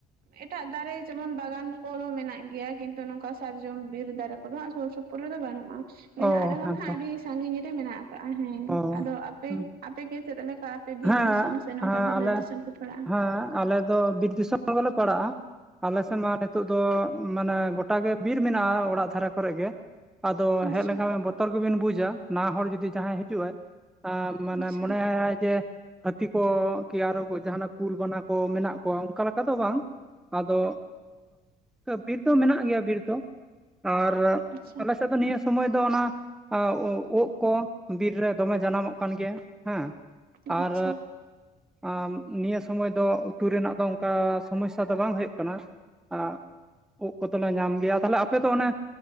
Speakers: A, on the right (about 60°); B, in the centre.
A: ᱮᱴᱟᱜ ᱫᱟᱨᱮ ᱡᱮᱢᱚᱱ ᱵᱟᱜᱟᱱ ᱠᱚᱦᱫᱚ ᱢᱮᱱᱟᱜ ᱜᱮᱭᱟ ᱠᱤᱱᱛᱩ ᱱᱚᱝᱠᱟ ᱥᱟᱨᱡᱚᱢ ᱵᱤᱨ ᱫᱟᱨᱮ ᱠᱚᱨᱮ ᱦᱟᱸᱜ ᱥᱩᱨ ᱥᱩᱯ ᱯᱩᱨ ᱨᱮᱫᱚ ᱵᱟᱹᱱᱩᱜᱼᱟ᱾ ᱢᱮᱱᱟᱜ
B: ᱚ
A: ᱨᱮᱦᱚᱸ
B: ᱦᱮᱸᱛᱚ
A: ᱦᱟᱸᱜ ᱟᱹᱰᱤ ᱥᱟᱺᱜᱤᱧ ᱨᱮ ᱢᱮᱱᱟᱜ ᱟᱠᱟᱜᱼᱟ ᱦᱮᱸ,
B: ᱚ
A: ᱟᱫᱚ ᱟᱯᱮ
B: ᱦᱮᱸ
A: ᱟᱯᱮ ᱜᱮ ᱪᱮᱫ ᱞᱮᱠᱟ? ᱟᱯᱮ ᱵᱤᱨ
B: ᱦᱮᱸ
A: ᱫᱤᱥᱚᱢ ᱥᱮ ᱱᱚᱝᱠᱟ
B: ᱦᱮᱸ
A: ᱵᱩᱞᱟᱹᱛ
B: ᱟᱞᱮ
A: ᱫᱤᱥᱚᱢ ᱯᱮ ᱯᱷᱚᱲᱟᱜᱼᱟ?
B: ᱦᱮᱸ ᱟᱞᱮ ᱫᱚ ᱵᱤᱨ ᱫᱤᱥᱚᱢ ᱜᱮᱞᱮ ᱯᱟᱲᱟᱜᱼᱟ᱾ ᱟᱞᱮᱥᱮᱫ ᱢᱟ ᱱᱤᱛᱚᱜ ᱫᱚ ᱢᱟᱱᱮ ᱜᱚᱴᱟ ᱜᱮ ᱵᱤᱨ ᱢᱮᱱᱟᱜᱼᱟ ᱚᱲᱟᱜ ᱫᱷᱟᱨᱟ ᱠᱚᱨᱮ ᱜᱮ᱾ ᱟᱫᱚ
A: ᱟᱪᱪᱷᱟ
B: ᱦᱮᱡ ᱞᱮᱱᱠᱷᱟᱱ ᱵᱮᱱ ᱵᱚᱛᱚᱨ ᱜᱮᱵᱤᱱ ᱵᱩᱡᱟ ᱱᱟᱣᱟ ᱦᱚᱲ ᱡᱩᱫᱤ ᱡᱟᱦᱟᱸᱭ ᱦᱤᱡᱩᱜ ᱟᱭ᱾ ᱟ ᱢᱟᱱᱮ
A: ᱟᱪᱪᱷᱟ
B: ᱢᱚᱱᱮ ᱟ ᱟᱭ ᱡᱮ ᱦᱟᱹᱛᱤ ᱠᱚ ᱠᱤ ᱟᱨᱚ ᱡᱟᱦᱱᱟᱜ ᱠᱩᱞ ᱵᱟᱱᱟ ᱠᱚ ᱢᱮᱱᱟᱜ ᱠᱚᱣᱟ ᱚᱱᱠᱟ ᱞᱮᱠᱟ ᱫᱚ ᱵᱟᱝ᱾ ᱟᱫᱚ ᱵᱤᱨ ᱫᱚ ᱢᱮᱱᱟᱜ ᱜᱮᱭᱟ ᱵᱤᱨ ᱫᱚ᱾ ᱟᱨ
A: ᱟᱪᱪᱷᱟ
B: ᱟᱞᱮ ᱥᱮᱫ ᱫᱚ ᱱᱤᱭᱟᱹ ᱥᱩᱚᱢᱚᱭ ᱫᱚ ᱚᱱᱟ ᱟᱨ ᱩᱜ ᱠᱚ ᱵᱤᱨ ᱨᱮ ᱫᱚᱢᱮ ᱡᱟᱱᱟᱢᱚᱜ ᱠᱟᱱ ᱜᱮᱭᱟ ᱦᱮᱸ ᱾ ᱟᱨ
A: ᱟᱪᱪᱷᱟ
B: ᱟᱻᱢ ᱱᱤᱭᱟᱹ ᱥᱚᱢᱚᱭ ᱫᱚ ᱩᱛᱩ ᱨᱮᱱᱟᱜ ᱫᱚ ᱚᱱᱠᱟ ᱥᱚᱢᱚᱥᱥᱟ ᱫᱚ ᱵᱟᱝ ᱦᱩᱭᱩᱜ ᱠᱟᱱᱟ ᱾ ᱟᱜ ᱩᱫ ᱠᱚᱫᱚᱞᱮ ᱧᱟᱢ ᱜᱮᱭᱟ ᱛᱟᱦᱞᱮ ᱟᱯᱮ ᱫᱚ ᱚᱱᱮ